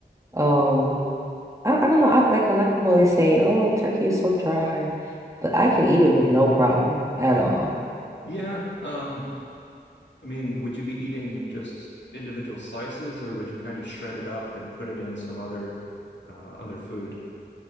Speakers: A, on the right; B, on the left.
A: Um, I, I don't know. I like a lot of people always say, "Oh, turkey is so dry," but I can eat it with no problem at all.
B: Yeah, um, I mean, would you be eating just individual slices, or would you kind of shred it up and put it in some other uh, other food?